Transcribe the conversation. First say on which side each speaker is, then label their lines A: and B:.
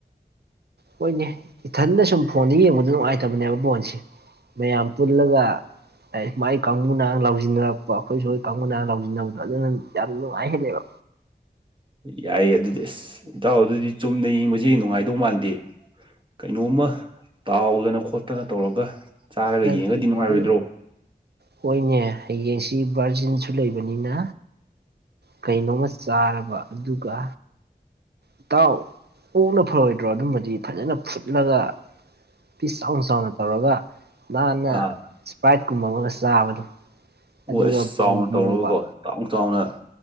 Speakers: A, on the right; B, on the right.
A: ꯍꯣꯏꯅꯦ ꯏꯊꯟꯗ ꯁꯨꯝ ꯐꯣꯟꯗ ꯌꯦꯡꯕꯗ ꯅꯨꯡꯉꯥꯏꯇꯕꯅꯦꯕ ꯐꯣꯟꯁꯦ ꯃꯌꯥꯝ ꯄꯨꯜꯂꯒ ꯃꯥꯏ ꯀꯥꯡꯕꯨꯅ ꯂꯧꯥꯎꯁꯤꯟꯅꯔꯛꯄ ꯑꯩꯈꯣꯏꯁꯨ ꯑꯩꯣꯏ ꯀꯥꯡꯕꯨꯅ ꯂꯧꯁꯤꯟꯅꯕꯗꯣ ꯑꯗꯨꯅ ꯌꯥꯝ ꯅꯨꯡꯉꯥꯏꯍꯦꯜꯂꯦꯕ
B: ꯌꯥꯏꯌꯦ ꯑꯗꯨꯗꯤ ꯑꯁ ꯏꯇꯥꯎ ꯑꯗꯨꯗꯤ ꯆꯨꯝꯅ ꯌꯦꯡꯕꯁꯤ ꯅꯨꯡꯉꯥꯏꯗꯧ ꯃꯥꯟꯗꯦ ꯀꯩꯅꯣꯝꯃ ꯇꯥꯎꯗꯅ ꯈꯣꯠꯇꯅ ꯇꯧꯔꯒ ꯆꯥꯔꯒ
A: ꯍꯧꯖꯤꯛꯇꯤ
B: ꯌꯦꯡꯉꯒꯗꯤ ꯅꯨꯡꯉꯥꯏꯔꯣꯏꯗ꯭ꯔꯣ
A: ꯍꯣꯏꯅꯦ ꯍꯌꯦꯡꯁꯤ ꯚꯔꯖꯤꯟꯁꯨ ꯂꯩꯕꯅꯤꯅ ꯀꯩꯅꯣꯝꯃ ꯆꯥꯔꯕ ꯑꯗꯨꯒ ꯏꯇꯥꯎ ꯑꯣꯛꯅ ꯐꯔꯣꯏꯗ꯭ꯔꯣ ꯑꯗꯨꯝꯕꯗꯤ ꯐꯖꯅ ꯐꯨꯠꯂꯒ ꯄꯤꯁ ꯆꯥꯎꯅ ꯆꯥꯎꯅ ꯇꯧꯔꯒ ꯅꯥꯟꯅ
B: ꯑꯥ
A: ꯏꯁꯄ꯭ꯔꯥꯏꯠꯀꯨꯝꯕ ꯑꯃꯒ ꯆꯥꯕꯗꯣ
B: ꯑꯣ
A: ꯑꯗꯨꯒ
B: ꯑꯁ
A: ꯕꯣꯟ
B: ꯆꯥꯎꯅ ꯇꯧꯔꯒꯀꯣ
A: ꯌꯦꯡꯕ
B: ꯆꯥꯎ ꯆꯥꯎꯅ